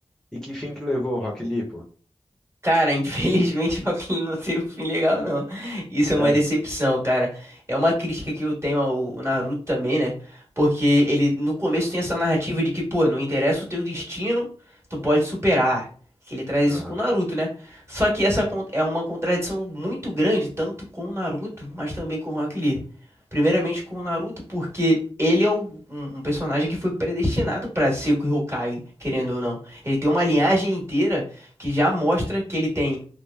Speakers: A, in the centre; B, on the right (about 25°).
A: E que fim que levou o Rock Lee, pô?
B: Cara, infelizmente <laughs> Joaquim não teve um fim legal, não. Isso é
A: Sério?
B: uma decepção, cara. É uma crítica que eu tenho ao Naruto também, né? Porque ele no começo tem essa narrativa de que, pô, não interessa o teu destino, tu pode superar. Que ele traz
A: Aham,
B: isso com o Naruto, né? Só que essa con- é uma contradição muito grande, tanto com o Naruto, mas também com o Rock Lee. Primeiramente com o Naruto, porque ele é um, um um personagem que foi predestinado pra ser o Hokage, querendo ou não. Ele tem uma
A: sim.
B: linhagem inteira que já mostra que ele tem